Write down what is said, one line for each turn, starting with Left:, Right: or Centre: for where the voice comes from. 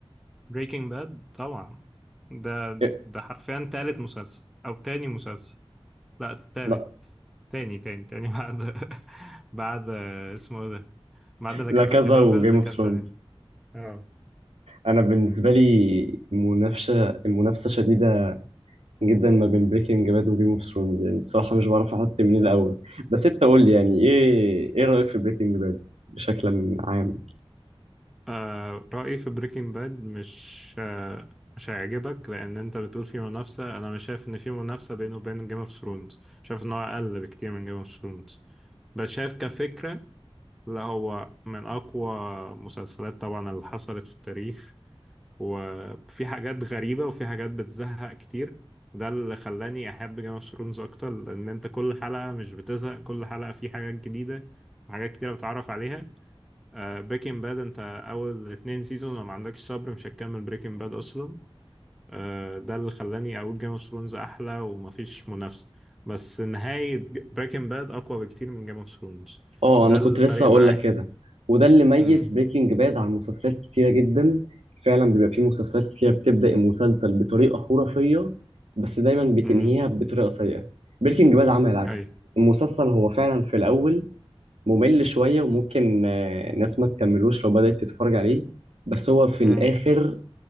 Centre: بريكنج باد طبعا ده
Right: إيه،
Centre: ده حرفيا تالت مسلسل او تاني مسلسل لا تالت
Right: لا
Centre: تاني تاني تاني <laughs> بعد بعد آه، اسمه ايه ده بعد لا
Right: لا
Centre: كازا
Right: كذا
Centre: دي بابل
Right: وجيم
Centre: ده
Right: اوف
Centre: كان
Right: ثرونز
Centre: تاني اه
Right: انا بالنسبة لي منافسة المنافسة شديدة جدا ما بين بريكنج باد وجيم اوف ثرونز يعني بصراحة مش بعرف احط مين الاول بس انت قول لي يعني ايه ايه رأيك في بريكنج باد بشكل عام؟
Centre: آه رأيي في بريكنج باد مش آه مش هيعجبك لأن أنت بتقول في منافسة أنا مش شايف إن في منافسة بينه وبين جيم اوف ثرونز شايف إن هو أقل بكتير من جيم اوف ثرونز بس شايف كفكرة لا هو من أقوى مسلسلات طبعا اللي حصلت في التاريخ وفي حاجات غريبة وفي حاجات بتزهق كتير ده اللي خلاني أحب جيم اوف ثرونز أكتر لأن أنت كل حلقة مش بتزهق كل حلقة في حاجات جديدة وحاجات كتيرة بتعرف عليها بريكنج باد انت اول اتنين سيزون لو ما عندكش صبر مش هتكمل بريكنج باد اصلا آه، ده اللي خلاني اقول جيم اوف ثرونز احلى ومفيش منافسه بس نهايه بريكنج باد اقوى بكتير من جيم اوف ثرونز
Right: اه
Centre: ده
Right: انا كنت
Centre: الفرق
Right: لسه هقول
Centre: معايا
Right: لك كده وده اللي ميز
Centre: امم
Right: بريكنج باد عن مسلسلات كتيره جدا فعلا بيبقى فيه مسلسلات كتيره بتبدا المسلسل بطريقه خرافيه بس دايما بتنهيها
Centre: امم
Right: بطريقه سيئه بريكنج باد عمل العكس
Centre: اي
Right: المسلسل هو فعلا في الاول ممل شويه وممكن آه، ناس ما تكملوش لو بدات تتفرج عليه بس هو في الاخر
Centre: امم